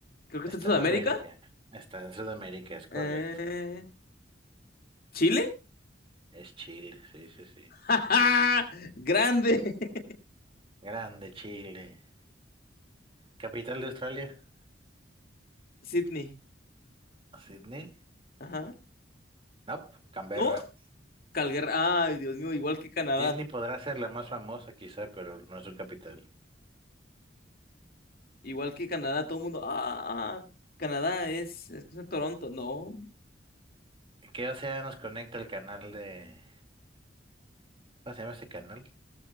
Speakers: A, on the left; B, on the right.
A: Creo que
B: Está
A: está en Sudamérica.
B: en América, está en Sudamérica, es correcto.
A: Eh, ¿Chile?
B: Es Chile, sí, sí, sí.
A: <laughs> ¡Ja, ja! Grande. <laughs>
B: Grande Chile. ¿Capital de Australia?
A: Sydney.
B: ¿Sydney?
A: Ajá.
B: No, Canberra.
A: ¿No? Calgary. Ay, Dios mío, igual que Canadá.
B: Sydney podrá ser la más famosa quizá, pero no es su capital.
A: Igual que Canadá, todo el mundo. Ah, ah, Canadá es, es cosa de Toronto. No.
B: Que o sea, nos conecta el canal de... ¿Cómo se llama ese canal?